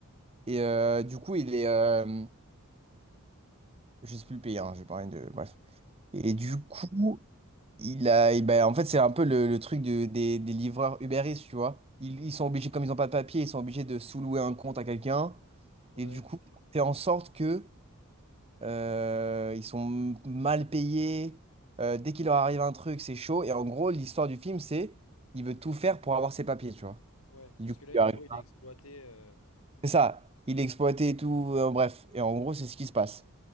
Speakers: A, on the right; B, on the left.
A: Et euh, du coup, il est. euh, je sais plus le pays, hein, je vais parler de. Bref. Et du
B: Ouais.
A: coup, il a. et ben, en fait, c'est un peu le, le truc de- des, des livreurs Uber Eats, tu vois. Ils, ils sont obligés, comme ils n'ont pas de papier, ils sont obligés de sous-louer un compte à quelqu'un.
B: Ouais,
A: Et du coup, fait en sorte que. Euh, ils sont mal payés. Euh, dès qu'il leur arrive un truc, c'est chaud. Et en gros, l'histoire du film, c'est il veut tout faire pour avoir ses papiers, tu vois.
B: ouais.
A: Et
B: Parce
A: du coup,
B: que là,
A: il arrive.
B: en gros, il est exploité. euh,
A: C'est ça. Il est exploité et tout. euh, bref. Et en gros, c'est ce qui se passe.